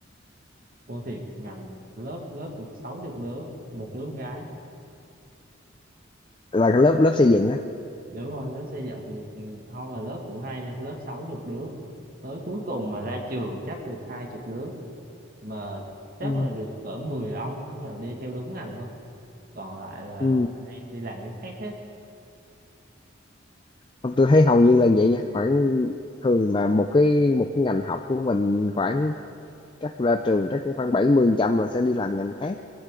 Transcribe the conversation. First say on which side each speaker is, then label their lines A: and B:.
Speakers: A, on the right; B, on the left.
A: cô thiệt ngành lớp lớp được sáu chục đứa một đứa con gái
B: là cái lớp lớp xây dựng á
A: đúng rồi lớp xây dựng được ừ, thôi mà lớp cũng hay nha lớp sáu chục đứa tới cuối cùng mà ra trường chắc được hai chục đứa mà chắc
B: ừ.
A: là được cỡ 10 ông á, là đi theo đúng ngành thôi còn lại là
B: Ừ.
A: đang đi làm cái khác hết
B: Không, tôi thấy hầu như là vậy nha khoảng thường là một cái một cái ngành học của mình khoảng chắc ra trường chắc cũng khoảng 70% là sẽ đi làm ngành khác